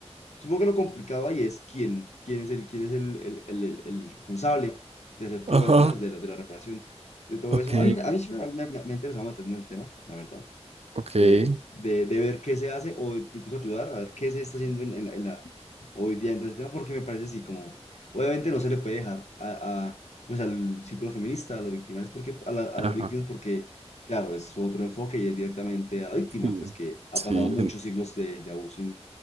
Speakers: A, on the left; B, on the right.
A: supongo que lo complicado ahí es quién, quién es el, quién es el, el, el, el- el responsable de hacer
B: Ajá.
A: todo eso, ¿sabes? De la, de la reparación, de todo
B: Ok,
A: eso. A mí, a mí siempre me, me, me ha interesado meterme en el tema, la verdad,
B: ok.
A: de, de, de ver qué se hace o incluso ayudar a ver qué se está haciendo en en hoy día en todo este tema, porque me parece así como, obviamente no se le puede dejar a, a, pues al círculo feminista, a las víctimas, porque, a, la- a
B: Ajá.
A: las víctimas, porque, claro, es otro enfoque y es directamente a la víctima,
B: Sí.
A: pues que ha
B: Sí,
A: pasado muchos
B: yo sien-
A: siglos de, de abuso sin,